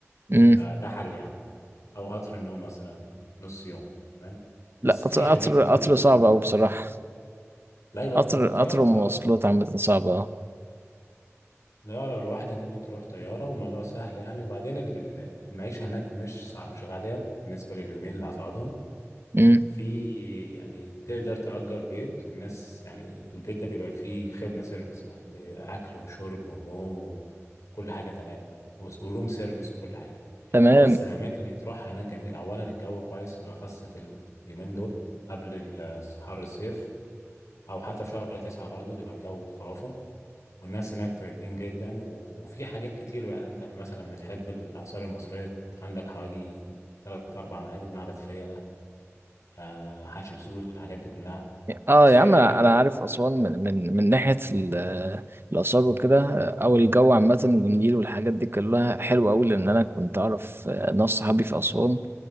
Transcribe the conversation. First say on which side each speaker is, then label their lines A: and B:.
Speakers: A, on the right; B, on the left.
A: امم
B: فده حل يعني او قطر النوم مثلا نص يوم تمام
A: لا
B: بس
A: قطر
B: في حاجات
A: قطر
B: كتير
A: قطر
B: تقدر
A: صعب
B: تعملها
A: قوي بصراحه
B: لا يبقى
A: قطر
B: طياره
A: قطر ومواصلات
B: طياره
A: عامه صعبه اه
B: طيارة لو لوحدك ممكن تروح طيارة والموضوع سهل يعني وبعدين ال- ال- المعيشة هناك مش صع- مش غالية بالنسبة لليومين اللي هتقعدهم
A: امم
B: في يعني تقدر تأجر بيت والناس يعني البيت ده بيبقى فيه خدمة سيرفيس مع بيبقى أكل وشرب ونوم وكل حاجة تمام يعني وس- وروم سيرفيس وكل حاجة
A: تمام
B: بس الأماكن اللي تروحها هناك جميل أولا الجو كويس بالأخص في اليومين دول قبل ال- حر الصيف أو حتى في شهر تسعة برضه بيبقى الجو خرافة والناس هناك طيبين جدا و- وفي حاجات كتير يعني انت مثلا بتحب الآثار المصرية عندك حوالي ثلاث أربع معابد معبد فيلة آه حتشبسوت والحاجات دي كلها
A: اه
B: بس
A: يا
B: فيلة
A: عم
B: يعني
A: انا أنا عارف اسوان من من من ناحيه ال- الاثار وكده او الجو عامه والنيل والحاجات دي كلها حلوه قوي لان انا كنت اعرف آه، ناس صحابي في اسوان